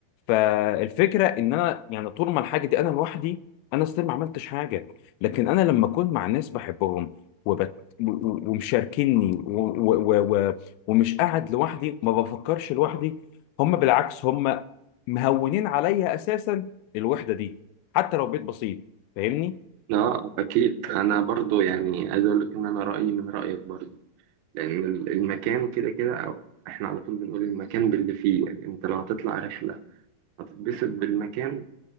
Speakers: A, on the left (about 80°); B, on the right (about 75°).
A: فالفكرة ان انا يعني طول ما الحاجة دي انا لوحدي انا اصلا ما عملتش حاجة لكن انا لما اكون مع ناس بحبهم وبت... و- و- ومشاركيني و... و... و... و... ومش قاعد لوحدي ما بفكرش لوحدي هم بالعكس هم مهونين عليا اساسا الوحدة دي حتى لو بيت بسيط فاهمني
B: اه اكيد انا برضو يعني عايز اقول لك ان انا رايي من رايك برضو لان ال- المكان كده كده او احنا على طول بنقول المكان باللي فيه يعني انت لو هتطلع رحله هتتبسط بالمكان